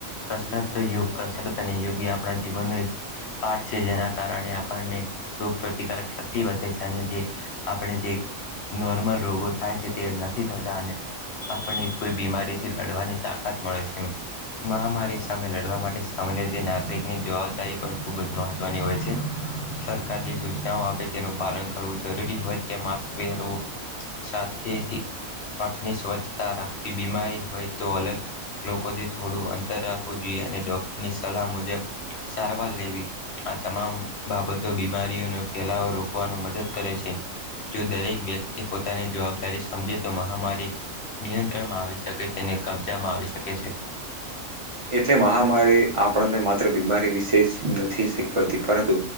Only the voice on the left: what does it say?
કસરત તો યુગ કસરત અને યુગ આપ આપણા જીવનનો એક પાઠ છે જેના કારણે આપણને રોગ પ્રતિકારક શક્તિ વધે છે અને જે આપણે જે નોર્મલ રોગો થાય છે તે નથી થતા અને આપણને કોઈ બીમારી થી લડવાની તાકાત મળે છે. મહામારી સામે લડવા માટે સામાન્ય રીતે નાગરિકની જવાબદારી પણ ખૂબ જ મહત્વની હોય છે. સરકાર જે સૂચનાઓ આપે તેનું પાલન કરવું જરૂરી હોય ત્યા માસ્ક પહેરવું સાથી. હથની સ્વચ્છતા રાખવી બીમારી હોય તો અલગ લોકો થોડું અંતર રાખવું જોઈએ અને ડોક્ટરની સલાહ મુજબ સારવાર લેવી આ તમામ બાબતો બીમાર ફેલાવો રોકવા મદદ કરે છે જો દરેક વ્યક્તિ પોતાની જવાબદારી સમજે તો મહામારી નિયંત્રણમાં આવી શકે. તેને કબજામાં આવી શકે છે.